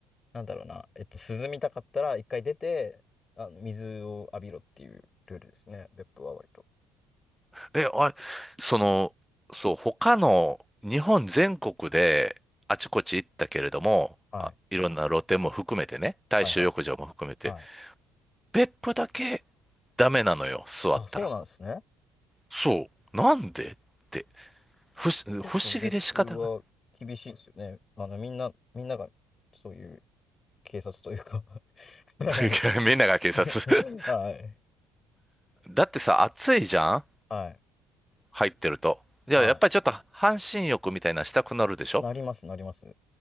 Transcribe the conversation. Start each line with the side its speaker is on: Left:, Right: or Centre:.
Left: なんだろうな、えっと、涼みたかったら、一回出て、あの、水を浴びろっていうルールですね、別府は割と。
Centre: え、あれ、その、そう、他の日本全国であちこち行ったけれども、
Left: はい。
Centre: あ、いろんな露店も含めてね、大衆浴場も含めて、
Left: はいはい。はい。
Centre: 別府だけダメなのよ、座ったら。
Left: あ、そうなんですね。
Centre: そう、なんでって、不思、
Left: 結構別府は厳しいですよね。
Centre: 不思議で仕方がない。
Left: あの、みんな、みんながそういう警察というか <laughs> はい。
Centre: <laughs> みんなが警察。
Left: <laughs>
Centre: <laughs>
Left: はい。
Centre: だってさ、暑いじゃん
Left: はい。
Centre: 入ってると。じゃあ、
Left: は
Centre: やっぱりちょっと半身浴みたいなしたくなるでしょ
Left: い。なります、なります。